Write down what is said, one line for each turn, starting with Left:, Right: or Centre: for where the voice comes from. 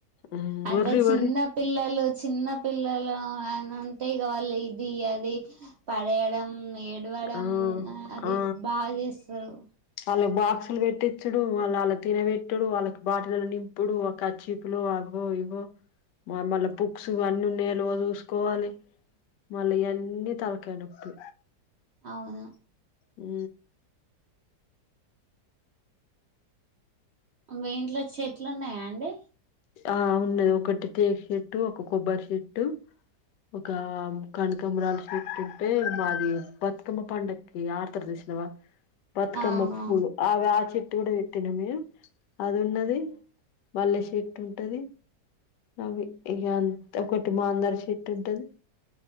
Left: ఉమ్
Right: అంత
Left: ఒర్రి
Right: చిన్న
Left: ఒర్రి
Right: పిల్లలు, చిన్న పిల్లలు ఉంటే కదా వాళ్లు ఇది అది <unintelligible> పడేయడం ఏడవడం
Left: ఆ
Right: అది
Left: ఆ
Right: బాగ చేస్తరు
Left: వాళ్ళకి బాక్సులు పెట్టిచుడు వాళ్ళు వాళ్ళ తినబెట్టుడు వాళ్ళకి బాటిల నింపుడు ఒకచ్చి అప్పులుఅవ్వోఇవ్వో మళ్లీ బుక్స్ అన్నీ ఉన్నాయో లేదో చూసుకోవాలి. మళ్ళ
Right: ఉమ్,
Left: ఇయ్యన్ని తలకాయ్నొప్పి
Right: అవును
Left: ఉ
Right: మీ ఇంట్ల చెట్లు ఉన్నయా అండి
Left: ఆ ఉన్నది ఒకటి టేకు సేట్టు ఒక కొబ్బరి సేట్టు ఒక కనకంబరాల సేట్టువుంటే మాది బతుకమ్మ పండగకి ఆర్తర్ సుసినవా బతుకమ్మ
Right: ఆ
Left: పూలు
Right: ఆ.
Left: అవి ఆ చెట్టు గుడ వేట్టినా మేము అది ఉన్నది
Right: అవునా
Left: మళ్లే సిట్ ఉంటది ఆ ము ఇగా ఒకటి మాందార చెట్టు ఉంటది